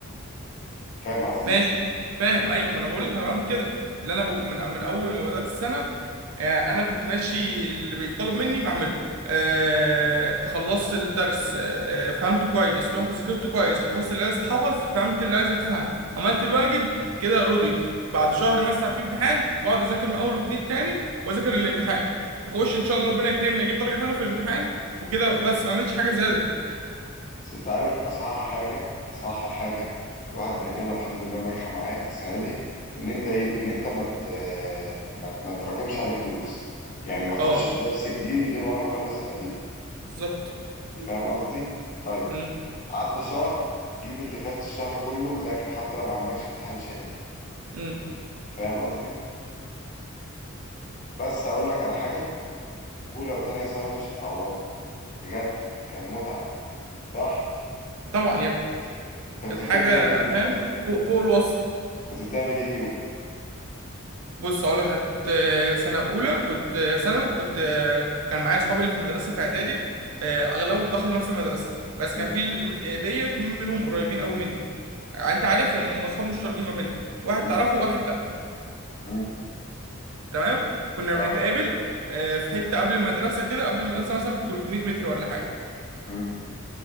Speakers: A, on the left; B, on the right.
A: فاهم قصدي
B: ماشي فاهم ايوه ما انا بقول لك انا بعمل كده اللي انا ب... من... من اول ما بدات السنه آه، انا كنت ماشي اللي بيطلب مني بعمله آه، خلصت الدرس آه، آه، فهمته كويس رحت ذاكرته كويس حفظت اللي عايز يتحفظ فهمت اللي عايز يتفهم عملت الواجب كده رضيت بعد شهر مثلا في امتحان بقعد اذاكر من اول وجديد تاني واذاكر الامتحان اخش ان شاء الله ربنا يكرمني اجيب درجه حلوه في الامتحان وكده بس ما اعملش حاجه زياده
A: بس انت عارف اصح حاجه اصح حاجه الواحد بيعملها الحمد لله وناجحه معاه السنه دي ان انت ايه ان انت ما مت... ما مت... ما تراكمش عليك دروس يعني ما اخش
B: اه
A: درس جديد غير وانا مخلص القديم
B: بالظبط
A: فاهم قصدي طيب
B: امم
A: عدى شهر جيب اللي فات الشهر كله مذاكره حتى لو ما عندكش امتحان شامل
B: امم
A: فاهم قصدي بس اقول لك على حاجه اولى وتانية ثانوي مش هتعوضه بجد كان متعه صح
B: طبعا يا ابني
A: انت كنت
B: كانت حاجة
A: بتعمل ايه فيهم
B: فاهم
A: طيب
B: فوق فوق الوصف
A: كنت بتعمل ايه فيهم
B: بص أقول لك حاجة، كنت آه، سنة أولى كنت آه، ثانوي كنت آه، كان معايا أصحابي اللي في المدرسة في إعدادي آه، أغلبهم دخلوا نفس المدرسة بس
A: م-
B: كان في ل- م- آه، ليا اتنين منهم قريبين أوي مني يعني أنت عارفهم هم أصحاب مشتركين ما بيننا واحد
A: م-
B: تعرفه وواحد لأ
A: م.
B: تمام كنا
A: اه
B: بنتقابل آه، في حتة قبل المدرسة كده قبل المدرسة مثلا ب 300 متر ولا حاجة
A: م.